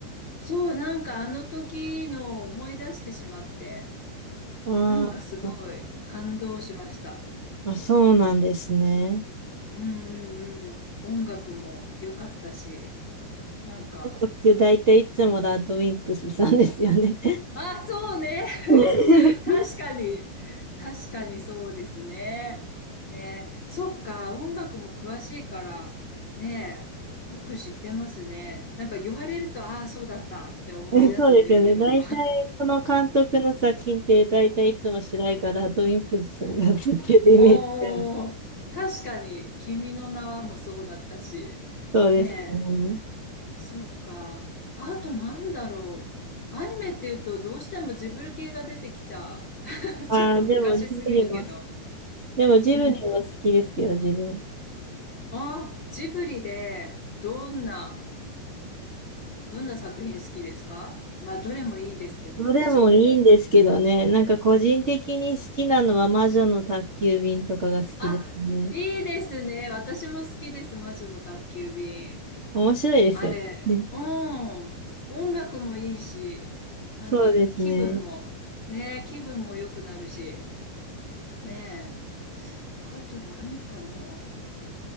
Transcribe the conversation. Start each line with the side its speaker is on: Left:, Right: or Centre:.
Left: そう、なんかあの時の思い出してしまって。
Right: あー、
Left: なんかすごい感動しました。
Right: あ、そうなんですね。
Left: うんうんうん。音楽も良かったし、なんか、
Right: 僕、大体いつもラッドウィンプスさんですよね。
Left: あ、そうね。
Right: <laughs>
Left: <laughs> 確かに。確かにそうですね。ねそっか、音楽も詳しいから、ねよく知ってますね。なんか言われると、ああ、そうだったって思い出すんですけど。
Right: そうですよね。大体、この監督の作品って、大体いつも主題歌、ラッドウィンプスさんが作ってるイメージが
Left: <laughs> おーお確かに、君の名はもそうだったし、
Right: そうですね。
Left: ねそうか。あとなんだろう。アニメっていうとどうしてもジブリ系が出てきちゃう。
Right: ああ、
Left: <laughs> ちょっと昔すぎるけど。
Right: でも、ジブリもでもジブリも好きですよ、
Left: うん。
Right: 自分。
Left: ああ、ジブリでどんな、どんな作品好きですかまあ、どれもいいですけど、
Right: どれもいいんですけどね。
Left: ジブリ。
Right: なんか個人的に好きなのは魔女の宅急便とかが好きですね。
Left: あ、いいですね。私も好きです。魔女の宅急便。
Right: 面白いですよね。
Left: あれ、うん。音楽もいいし、
Right: <laughs>
Left: なんか気分も、
Right: そうですね。
Left: ねえ、気分も良くなるし、ねえ。あと何かな